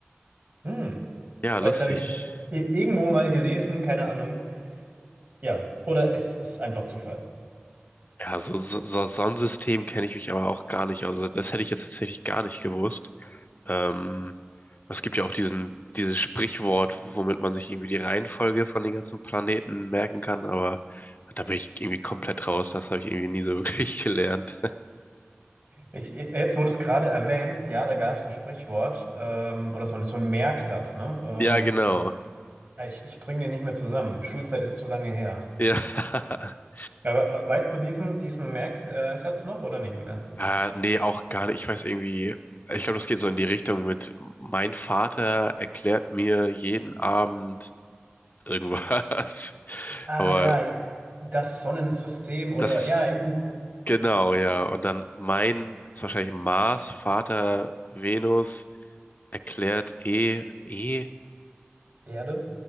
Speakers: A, on the right; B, on the left.
A: Hm,
B: Ja,
A: vielleicht
B: lustig.
A: habe ich das i- irgendwo mal gelesen, keine Ahnung. Ja, oder es ist einfach Zufall.
B: Ja, so, so, so Sonnensystem kenne ich mich aber auch gar nicht. Also das hätte ich jetzt tatsächlich gar nicht gewusst. Ähm, es gibt ja auch diesen, dieses Sprichwort, womit man sich irgendwie die Reihenfolge von den ganzen Planeten merken kann, aber da bin ich irgendwie komplett raus. Das habe ich irgendwie nie so wirklich <laughs> gelernt.
A: Ich, jetzt, wo du es gerade erwähnst, ja, da gab es ein Sprichwort ähm, oder so, ein- so ein Merksatz, ne? Ähm,
B: Ja, genau.
A: ja, ich ich bringe den nicht mehr zusammen. Schulzeit ist zu lange her.
B: Ja. <laughs>
A: Ja, we- we- weißt du diesen, diesen Merksatz noch oder nicht mehr?
B: Äh, nee, auch gar nicht. Ich weiß irgendwie, ich glaube, das geht so in die Richtung mit, mein Vater erklärt mir jeden Abend irgendwas. <laughs>
A: Ah
B: Aber
A: ja, das Sonnensystem oder
B: Das,
A: ja, eben
B: genau, ja. Und dann mein ist wahrscheinlich Mars, Vater, Venus, erklärt E, E,
A: Erde.